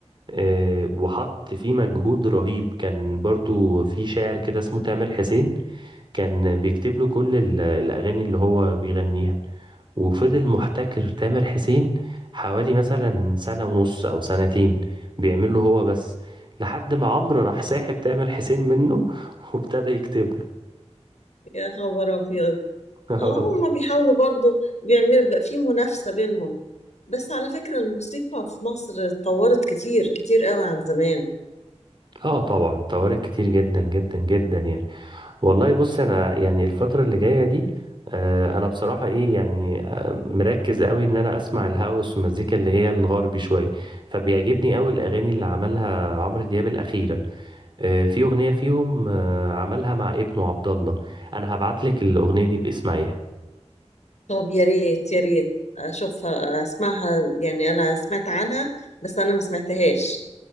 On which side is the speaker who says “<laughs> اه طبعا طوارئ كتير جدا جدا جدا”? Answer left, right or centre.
Right